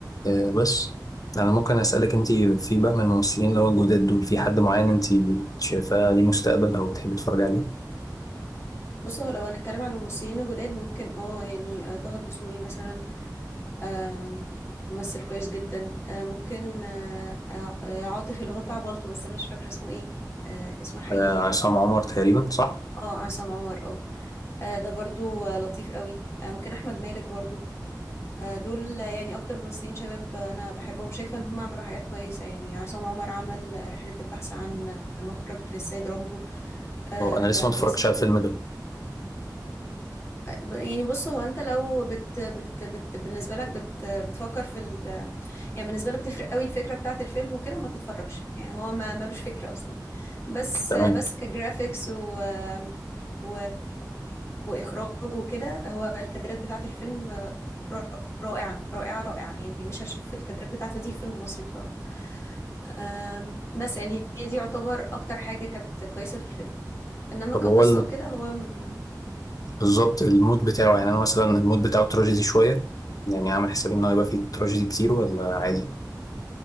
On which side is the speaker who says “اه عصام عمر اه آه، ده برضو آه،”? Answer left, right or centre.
Left